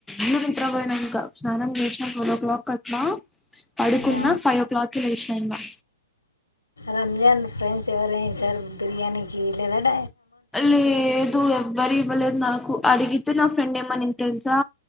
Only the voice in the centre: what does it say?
ఇ వింట్రా పోయినానుక స్నం లేసిన ట్వల్్ ఓ క్లాక్ కట్టలా పడుకున్నా
ఫైవ్ఓ క్లాక్కి లేషి ధన్ బా
అల్లీ దూ ఎవ్వరి ఇవ్వలేదు నాకు అడిగితే నా ఫ్రెండ్ ఏమ నిను తెలుసా